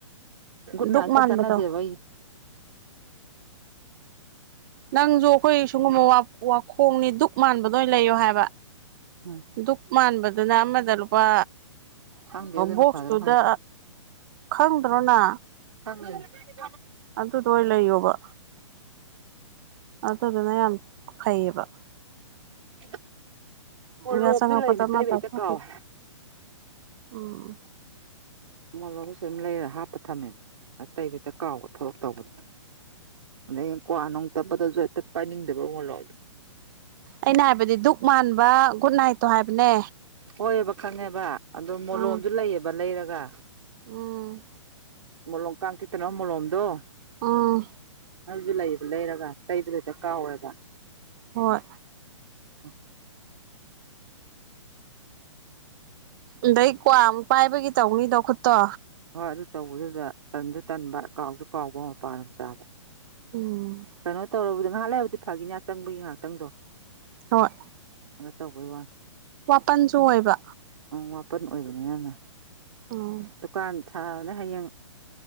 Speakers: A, on the right; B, on the right.
A: ꯨꯠ
B: ꯙꯛ
A: ꯀ
B: ꯃꯥꯟꯕꯗꯣ
A: ꯆꯅꯗꯦꯕ
B: ꯅꯪꯁꯨ ꯑꯩꯈꯣꯏ ꯁꯨꯡꯒꯨꯝꯕ ꯋꯥꯈꯣꯡꯅꯤ ꯗꯨꯛ ꯃꯥꯟꯕꯗ ꯑꯣꯏꯅ ꯂꯩꯌꯣ ꯍꯥꯏꯕ
A: ꯎꯝ
B: ꯗꯨꯛ ꯃꯥꯟꯕꯗꯨꯅ ꯑꯃꯗ ꯂꯨꯄꯥ
A: ꯈꯪꯗꯦ ꯑꯗꯨꯅ
B: ꯕꯣꯛꯁꯇꯨꯗ
A: ꯐꯗ꯭ꯔꯥ ꯈꯪꯗꯦ
B: ꯈꯪꯗ꯭ꯔꯣꯅ
A: ꯐꯉꯤ
B: ꯑꯗꯨ ꯇ ꯂꯩ ꯌꯣꯕ ꯑꯗꯨꯗꯨꯅ ꯌꯥꯝ ꯐꯩꯌꯦꯕ
A: ꯍ ꯃꯣꯏꯂꯣꯝꯁꯨ
B: ꯑꯗꯨꯒ ꯆꯪꯉꯛꯄꯗ
A: ꯂꯩꯔꯅꯤ
B: ꯑꯃ
A: ꯇꯩꯕ
B: ꯆꯥꯊꯣꯛꯈꯤ
A: ꯍꯦꯛꯇ ꯀꯥꯎꯋꯦ
B: ꯎꯝ
A: ꯎꯃꯠ ꯂꯣꯒꯁꯨ ꯑꯗꯨꯝ ꯂꯩꯔ ꯍꯥꯞꯄ ꯊꯝꯃꯦꯅꯦ ꯑ ꯇꯩꯕꯗ ꯀꯥꯎꯕ ꯊꯕꯛ ꯇꯧꯕꯗ ꯑꯗ ꯀ꯭ꯋꯥ ꯅꯨꯡ ꯇꯞꯄꯗꯁꯨ ꯍꯦꯛꯇ ꯄꯥꯏꯅꯤꯡꯗꯕ ꯎꯃꯣꯠꯂꯣꯗ
B: ꯑꯩꯅ ꯍꯥꯏꯕꯗꯤ ꯙꯛ ꯃꯥꯟꯕ ꯒꯨꯗ ꯅꯥꯏꯠꯇꯣ ꯍꯥꯏꯕꯅꯦ
A: ꯍꯣꯏꯑꯕ ꯈꯪꯉꯦꯕ ꯑꯗꯣ ꯃꯣꯂꯣꯝꯁꯨ
B: ꯎꯝ
A: ꯂꯩꯌꯦꯕ ꯂꯩꯔꯒ ꯀ
B: ꯎꯝ
A: ꯃꯣꯂꯣꯝ ꯀꯥꯡ ꯆꯤꯛꯇꯅꯣ ꯃꯣꯂꯣꯝꯗꯣ
B: ꯑꯥ
A: ꯑꯗꯨꯁꯨ ꯂꯩꯗ ꯂꯩꯔꯒ ꯇꯩꯕꯗ ꯍꯗ ꯀꯥꯎꯋꯦꯕ
B: ꯍꯣꯏ
A: ꯎ
B: ꯑꯗꯩ ꯀ꯭ꯋꯥ ꯑꯃꯨꯛ ꯄꯥꯏꯕꯒꯤ ꯇꯧꯅꯤꯗꯣ ꯈꯨꯠꯇꯣ
A: ꯍꯣꯏ ꯑꯗꯨ ꯇꯧꯕꯗꯨꯗ ꯇꯟꯁꯨ ꯇꯟꯕ ꯀꯥꯎꯁꯨ ꯀꯥꯎꯕ ꯃꯄꯥꯟ ꯑꯃ ꯆꯥꯕ
B: ꯎꯝ
A: ꯀꯩꯅꯣ ꯇꯧꯔꯕꯗ ꯉꯥꯏꯍꯥꯛ ꯂꯩꯕꯗꯤ ꯐꯥꯒꯤꯅꯤ ꯆꯪꯕꯒꯤ ꯉꯥꯏꯍꯥꯛꯇꯪꯗꯣ
B: ꯍꯣꯏ
A: ꯑ ꯇꯧꯕꯩ ꯋꯥꯂ
B: ꯃꯥꯄꯟꯁꯨ ꯑꯣꯏꯕ
A: ꯃꯥꯄꯟ ꯑꯣꯏꯕꯅꯤ ꯅꯅ
B: ꯎꯝ
A: ꯗꯨꯀꯥꯟ ꯁꯥꯔꯅꯤ ꯍꯌꯦꯡ